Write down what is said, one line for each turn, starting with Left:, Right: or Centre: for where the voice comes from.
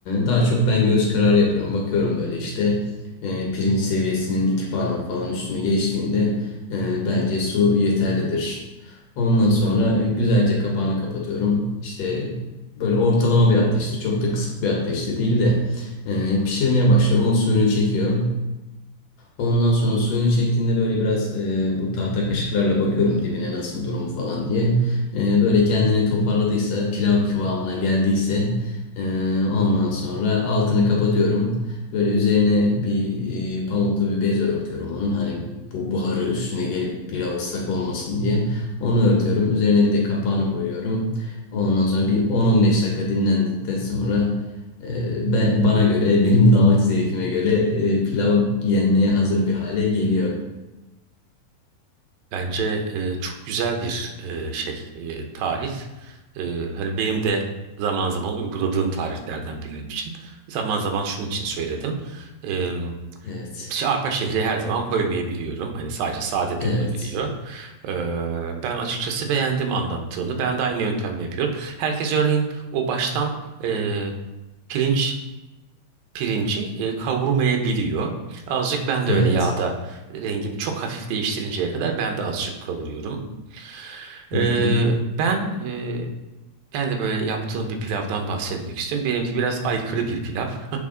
Left: daha çok ben göz kararı yapıyorum. Bakıyorum böyle işte e, pirinç seviyesinin iki parmak falan üstünü geçtiğinde e, bence su yeterlidir. Ondan sonra güzelce kapağını kapatıyorum. İşte böyle ortalama bir ateşte, çok da kısık bir ateşte değil de e, pişirmeye başlıyorum. O suyunu çekiyor. Ondan sonra suyunu çektiğinde böyle biraz e, bu tahta kaşıklarla bakıyorum dibine nasıl durumu falan diye. E, böyle kendini toparladıysa, pilav kıvamına geldiyse e, ondan sonra altını kapatıyorum. Böyle üzerine bir e, pamuklu bir bez örtüyorum onun. Hani bu buharı üstüne gelip pilav ıslak olmasın diye. Onu örtüyorum. Üzerine bir de kapağını koyuyorum. Ondan sonra bir 10-15 dakika dinlendikten sonra ee, ben, bana göre, benim damak zevkime göre e, pilav yenmeye hazır bir hale geliyor.
Right: Bence e, çok güzel bir e, şey e, tarif. E, hani benim de zaman zaman uyguladığım tariflerden benim için. Zaman zaman şunun için söyledim. E,
Left: Evet,
Right: işte arpa şehri her zaman koymayabiliyorum. Hani sadece sade de
Left: evet,
Right: olabiliyor. E, ben açıkçası beğendim anlattığını. Ben de aynı yöntemle yapıyorum. Herkes örneğin o baştan e, pirinç pirinci e, kavurmayabiliyor. Azıcık ben de
Left: evet.
Right: öyle yağda rengini çok hafif değiştirinceye kadar ben de azıcık kavuruyorum. Ee,
Left: Hı hı.
Right: ben e, ben de böyle yaptığım bir pilavdan bahsetmek istiyorum. Benimki biraz aykırı bir pilav. <laughs>